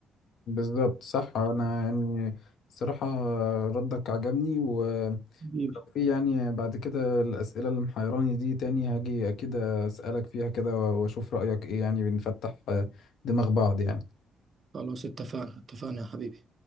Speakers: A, on the left; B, on the right.
A: بالظبط صح انا يعني الصراحه ردك عجبني ولو
B: حبيبي
A: في يعني بعد كده الاسئله اللي محيراني دي تاني هاجي اكيد اسالك فيها كده واشوف رايك ايه يعني بنفتح آه، دماغ بعض يعني
B: خلاص اتفقنا اتفقنا يا حبيبي